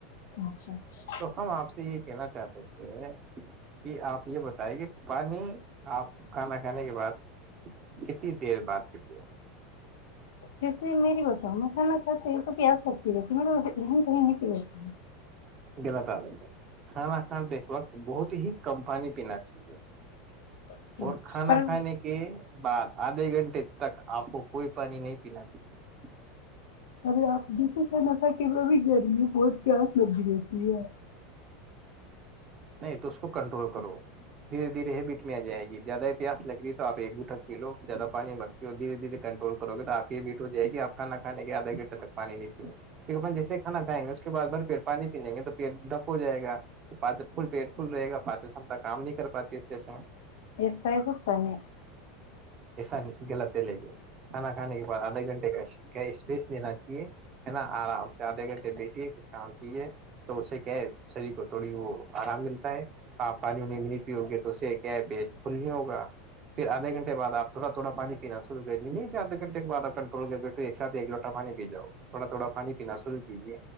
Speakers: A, on the left; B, on the right.
A: اچھا اچھا
B: تو ہم آپ سے یہ کہنا چاہتے تھے کہ آپ یہ بتائے کہ پانی کھانا کھانے کے بعد کتنی دیر بعد تتی ہو
A: جیسے میری بتاؤ میں کھانا کھاتی ہوں تو پیاس لگتی رہتی م کہ نہیں پی رہتی
B: غلط عادت ہے کھانا کھان تو وقت بہت ہی کم پانی پینا چاہیے
A: ہوں۔
B: اور کھانا
A: پر
B: کھانے کے بار آدھے گھنٹے تک آپ کو کوئی پانی نہیں پینا چاہیے
A: ا آپ جیسے کہنا تھا کہ وہ اب بھی گرمی بہت گیاس لگی رہتی ہے
B: نہیں تو اس کو کنٹرول کرو دھیرے دھیرے ہی بیٹ میں آ جائے گی زیادہ ہی پیاس لگ رہی تو آپ ایک دوٹک پی لو زیادہ پانی مستتی ہو دھیرے دھیرے کنٹرول کرو گے تو آپ یہ بیٹ ہو جائے گی آپ کھا کھے آدھے گھٹے تک پانی نہیں پیا جیسے کانا کھائیں گے اس کے بع بھر پیٹ پانی پی لیں گے تو پیٹ ڈپ ہو جائے گا پ فل پیٹ فل رہے گا پچ سم کام نہیں کر پاتی اچھے سے
A: ایسا ہی ہوتا ہے
B: ایسا غلط ہے لے کے کھانا کھانے کے بعد آدھے گھنٹے کا گیس بیس لینا چاہیے ہے نا آرام سے آدھے گھنٹے بیٹھیے کچھ کام کیجیے تو اس سے کہ شریر کو تھوڑی وہ آرام ملتا ہے آپ پانی نہیں بھی نہیں پیو گے تو اسے کیا کل نہیں ہوگا پھر آدھے گھنٹے بع آپ تھوڑا تھوڑا پانی پینا شروع کریں گدھے گھنٹے کے بع آپ کنٹرول کر بی تو ایک ساتھ ایک لوٹا پانی پی جاؤ تھوڑا تھوڑا پانی پینا شروع کیجیے